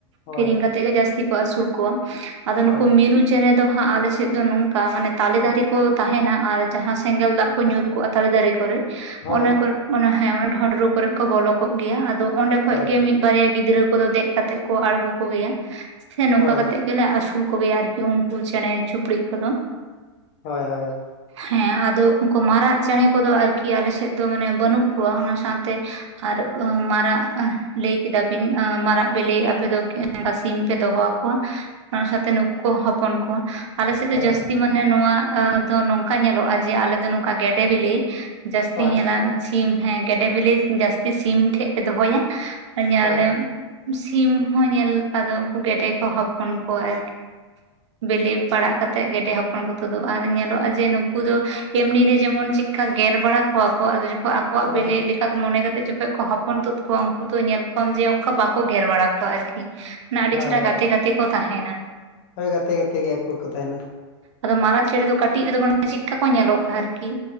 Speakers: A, on the left (about 30°); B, on the right (about 70°).
A: ᱦᱳᱭ
B: ᱠᱤᱨᱤᱧ ᱠᱟᱛᱮ ᱜᱮ ᱡᱥᱛᱤ ᱠᱚ ᱟᱹᱥᱩᱞ ᱠᱚᱣᱟ᱾ ᱟᱫᱚ
A: ᱦᱳᱭ
B: ᱱᱩᱠᱩ ᱢᱤᱨᱩ ᱪᱮᱬᱮ ᱫᱚ ᱦᱟᱸᱜ ᱟᱞᱮᱮᱥᱮᱫ ᱫᱚ ᱱᱚᱝᱠᱟ ᱢᱟᱱᱮ ᱛᱟᱞᱮ ᱫᱟᱨᱮ ᱠᱚ ᱛᱟᱦᱮᱱᱟ ᱟᱨ ᱡᱟᱦᱟᱸ ᱥᱮᱸᱜᱮᱞ ᱫᱟᱜ ᱠᱚ ᱧᱩᱨ ᱠᱚᱜᱼᱟ ᱛᱟᱞᱮ ᱫᱟᱨᱮ ᱠᱚᱨᱮ
A: ᱦᱳᱭ
B: ᱚᱱᱮ ᱠᱚᱨᱮ ᱦᱮᱸ ᱰᱷᱚᱸᱰᱨᱩ ᱵᱚᱞᱚ ᱠᱚᱜ ᱜᱮᱭᱟ, ᱟᱫᱚ ᱚᱸᱰᱮ ᱠᱷᱟᱢ
A: ᱦᱳᱭ
B: ᱜᱮ ᱢᱤᱫ ᱵᱟᱨᱭᱟ ᱜᱤᱫᱽᱨᱟᱹ ᱠᱚᱫᱚ ᱫᱮᱡ ᱠᱟᱛᱮᱫ ᱠᱚ ᱟᱬᱜᱚ ᱠᱚᱜᱮᱭᱟ ᱥᱮ ᱱᱚᱝᱠᱟ
A: ᱦᱳᱭ
B: ᱠᱟᱛᱮᱫ ᱜᱮᱞᱮ ᱟᱹᱥᱩᱞ ᱠᱚᱜᱮᱭᱟ ᱟᱨᱠᱤ ᱩᱱᱠᱩ ᱪᱮᱸᱬᱮ ᱪᱤᱯᱲᱩ ᱠᱚᱫᱚ᱾
A: ᱦᱳᱭ, ᱦᱳᱭ,
B: ᱦᱮᱸ ᱟᱫᱚ ᱩᱱᱠᱩ ᱢᱟᱨᱟᱜ ᱪᱮᱸᱬᱮ ᱠᱚᱫᱚ ᱟᱨᱠᱤ ᱟᱞᱮ ᱥᱮᱫ ᱫᱚ ᱢᱟᱱᱮ ᱵᱟᱹᱱᱩᱜ ᱠᱚᱣᱟ ᱚᱱᱟ ᱥᱟᱶᱛᱮ ᱟᱨ ᱢᱟᱨᱟᱜ ᱞᱟᱹᱭ ᱠᱮᱫᱟᱵᱤᱱ ᱢᱟᱨᱟᱜ ᱵᱤᱞᱤ ᱟᱯᱮ ᱫᱚ <unintelligible> ᱥᱤᱢ ᱯᱮ ᱫᱚᱦᱚᱚᱣᱟ ᱚᱱᱟ ᱥᱟᱶᱛᱮ ᱱᱩᱠᱩ ᱠᱚ ᱦᱚᱯᱚᱱ ᱠᱚᱣᱟ ᱟᱞᱮ ᱥᱮᱫ
A: ᱦᱳᱭ
B: ᱫᱚ ᱡᱟᱹᱥᱛᱤ ᱢᱟᱱᱮ ᱱᱚᱣᱟ ᱫᱚ ᱱᱚᱝᱠᱟ ᱧᱮᱞᱚᱜᱼᱟ ᱡᱮ ᱟᱞᱮ ᱫᱚ ᱱᱚᱝᱠᱟ ᱜᱮᱰᱮ ᱵᱤᱞᱤ ᱡᱟᱹᱥᱛᱤ
A: ᱦᱳᱭ
B: ᱧᱮᱞᱟ
A: ᱦᱳᱭ
B: ᱥᱤᱢ ᱦᱮᱸ ᱜᱮᱰᱮ ᱵᱮᱤᱞᱤ ᱡᱟᱹᱥᱛᱤ ᱥᱤᱢ ᱴᱷᱮᱱ ᱞᱮ ᱫᱚᱦᱚᱭᱟ ᱟᱨ ᱧᱮ
A: ᱦᱳᱭ
B: ᱥᱤᱢ ᱦᱚᱸ ᱧᱮᱞ ᱟᱫᱚ ᱩᱱᱠᱩ ᱜᱮᱰᱮ ᱠᱚ ᱦᱚᱯᱚᱱ ᱠᱚᱣᱟ ᱟᱨᱠᱤ ᱵᱤᱞᱤ ᱯᱟᱲᱟᱜ ᱠᱟᱛᱮᱫ ᱜᱮᱰᱮ ᱦᱚᱯᱚᱱ ᱠᱚ ᱛᱩᱫᱩᱜᱼᱟ, ᱧᱮᱞᱚᱜᱼᱟ ᱡᱮ ᱱᱩᱠᱩ ᱫᱚ ᱮᱢᱱᱤ ᱨᱮ ᱡᱮᱢᱚᱱ ᱪᱮᱫᱠᱟ ᱜᱮᱨ ᱵᱟᱲᱟ ᱠᱚ ᱟᱠᱚᱣᱟᱜ ᱟᱫᱚ ᱟᱠᱚᱣᱟᱜ
A: ᱦᱳᱭ
B: ᱵᱮᱞᱮ ᱢᱚᱱᱮ ᱠᱟᱛᱮᱜ ᱡᱚᱠᱷᱚᱡ ᱠᱚ ᱦᱚᱯᱚᱱ ᱛᱩᱫ ᱠᱚᱣᱟ ᱩᱱᱠᱩ ᱫᱚ ᱧᱮᱞ ᱠᱚᱣᱟᱢ ᱡᱮ ᱚᱱᱠᱟ ᱵᱟᱠᱚ ᱜᱮᱨ ᱵᱟᱲᱟ ᱠᱚᱣᱟ ᱟᱨᱠᱤ᱾ ᱚᱱᱟ ᱟᱹᱰᱤ
A: ᱦᱳᱭ
B: ᱪᱮᱦᱨᱟ
A: ᱦᱳᱭ
B: ᱜᱟᱛᱮ ᱜᱟᱛᱮ ᱠᱚ ᱛᱟᱦᱮᱸᱱᱟ᱾
A: ᱦᱳᱭ, ᱜᱟᱛᱮ ᱜᱟᱛᱮ ᱜᱮ ᱟᱠᱚᱠᱚ ᱛᱟᱦᱮᱸᱱᱟ
B: ᱟᱫᱚ ᱢᱟᱨᱟᱜ ᱪᱮᱸᱬᱮ ᱫᱚ ᱠᱟᱹᱴᱤᱡ ᱨᱮᱫᱚ ᱢᱟᱱᱮ ᱪᱤᱫᱠᱟ ᱠᱚ ᱧᱮᱞᱚᱜᱼᱟ ᱟᱨᱠᱤ?